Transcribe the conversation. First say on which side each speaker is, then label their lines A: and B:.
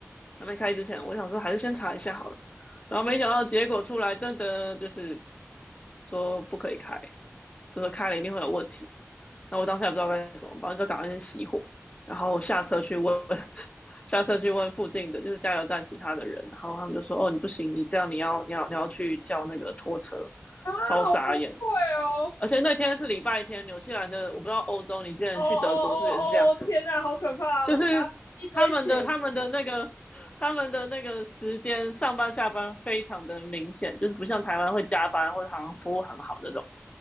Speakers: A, on the left; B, on the left.
A: 还没开之前，我想说还是先查一下好了。然后没想到结果出来，噔噔，就是说不可以开，所以说开了一定会有问题。那我当下也不知道该怎么办，就赶快先熄火，然后下车去问，<laughs> 下车去问附近的就是加油站其他的人，然后他们就说：“哦，你不行，你这样你要你要你要去叫那个拖车。”
B: 啊，
A: 超傻眼。
B: 好崩溃哦！
A: 而且那天是礼拜天，纽西兰的，我不知道欧洲，你之前去德国是不是也是这样？
B: 哦哦哦哦，天呐，好可怕哦！
A: 就是他们的他们的那个他们的那个时间上班下班非常的明显，
B: 加一堆钱，
A: 就是不像台湾会加班或者好像服务很好那种。